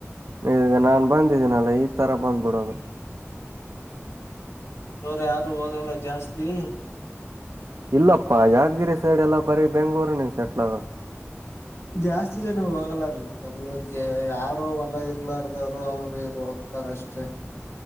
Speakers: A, on the right (about 75°); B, on the left (about 70°).
A: ಈಗ ನಾನ್ ಬಂದಿದ್ದೀನಲ್ಲ ಈ ತರ ಬಂದ್ಬಿಡೋದು
B: ಹೋ್ರ ಯಾರು ಹೋಗಲ್ಲ ಜಾಸ್ತಿ
A: ಇಲ್ಲಪ್ಪ ಯಾದಗಿರಿ ಸೈಡ್ ಎಲ್ಲಾ ಬರಿೀ ಬೆಂಗ್ಳೂರ್ ನೀವು ಸೆಟ್ಲ್ ಆಗದು
B: ಜಾಸ್ತಿ ಜನ ಹೋಗಲ್ಲಾರೀ ತಮ್ಮೂರ್ಗೆ ಯಾರು ಹೊಲ ಇರ್ಲಾರದಾರರು ಅವ್ರು ಇರು ಹೋಗ್ತಾರ ಅಷ್ಟೇ